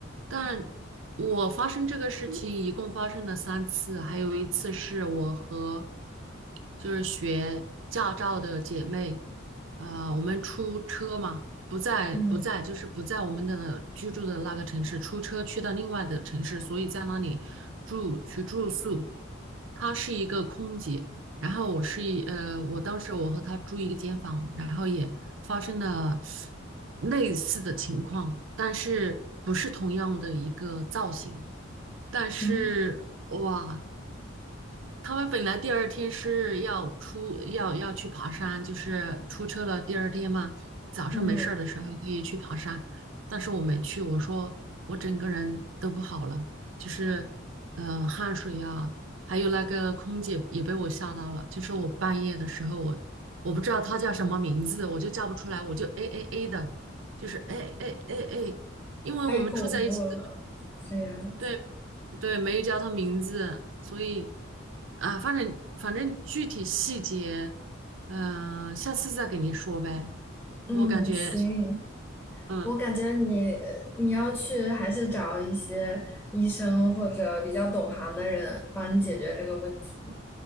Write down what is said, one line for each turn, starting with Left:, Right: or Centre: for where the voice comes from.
Right: 但我发生这个事情一共发生了三次，还有一次是我和就是学驾照的姐妹，呃，我们出车嘛，不在不在就是不在我们的居住的那个城市，
Centre: 嗯
Right: 出车去到另外的城市，所以在那里住去住宿。她是一个空姐，然后我是一呃，我当时我和他住一个间房，然后也发生了类似的情况，但是不是同样的一个造型，但是哇，
Centre: 嗯
Right: 他们本来第二天是要出，要要去爬山，就是出车了。第二天嘛，早上没事儿的时候可以去爬山，
Centre: 嗯，
Right: 但是我没去。我说我整个人都不好了，就是呃汗水呀、还有那个空姐也被我吓到了。就是我半夜的时候，我我不知道她叫什么名字，我就叫不出来，我就哎哎哎的，就是哎哎哎哎，因为我们住在一起。
Centre: 太恐怖了，这样。
Right: 对对，没有叫他名字，所以啊，反正反正具体细节，嗯、下次再给您说呗。
Centre: 嗯，
Right: 我感觉，
Centre: 行，
Right: 嗯，
Centre: 我感觉你你要去还是找一些医生或者比较懂行的人帮你解决这个问题。